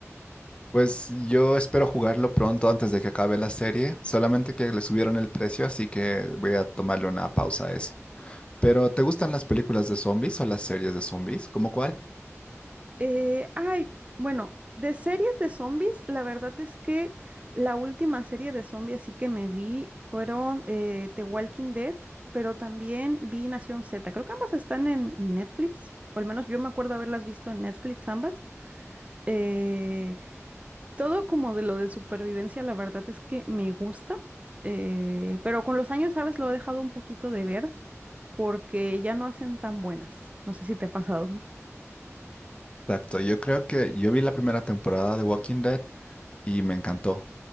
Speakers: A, on the left; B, on the right.
A: Pues yo espero jugarlo pronto antes de que acabe la serie, solamente que le subieron el precio, así que voy a tomarle una pausa a eso. Pero ¿te gustan las películas de zombies o las series de zombies? ¿Cómo cuál?
B: Eh, ay, bueno, de series de zombies, la verdad es que la última serie de zombies así que me vi fueron eh, The Walking Dead, pero también vi Nación Z. Creo que ambas están en, en Netflix, o al menos yo me acuerdo haberlas visto en Netflix ambas. Eh, todo como de lo de supervivencia, la verdad es que me gusta, eh, pero con los años, ¿sabes? Lo he dejado un poquito de ver porque ya no hacen tan buenas. No sé si te ha pasado.
A: Exacto, yo creo que yo vi la primera temporada de Walking Dead y me encantó.